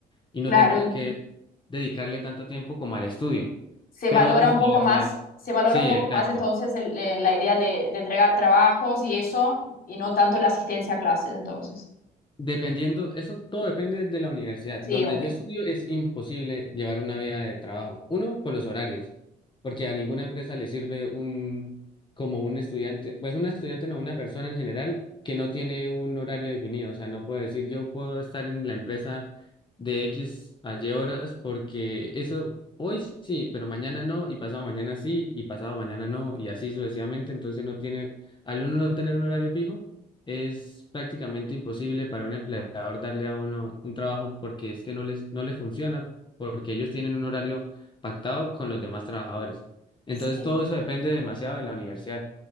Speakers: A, on the left; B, on the left.
A: y no
B: claro,
A: tengan que dedicarle tanto tiempo como al estudio
B: se
A: pero
B: valora
A: otras
B: un
A: universidades.
B: poco más, se valora
A: Sí,
B: un poco
A: exacto.
B: más entonces el- eh, la idea de, de entregar trabajos y eso, y no tanto la asistencia a clases entonces.
A: Dependiendo, eso todo depende de la universidad.
B: Sí,
A: Donde
B: obvio.
A: yo estudio es imposible llevar una vida de trabajo. Uno, por los horarios, porque a ninguna empresa le sirve un, como un estudiante, pues un estudiante no, una persona en general que no tiene un horario definido. O sea, no puede decir yo puedo estar en la empresa de X a Y horas porque eso hoy sí, pero mañana no, y pasado mañana sí, y pasado mañana no, y así sucesivamente. Entonces no tiene, al uno no tener un horario fijo es prácticamente imposible para un empleador darle a uno un trabajo porque es que no les no le funciona, porque ellos tienen un horario pactado con los demás trabajadores. Entonces
B: Sí,
A: todo eso depende demasiado de la universidad.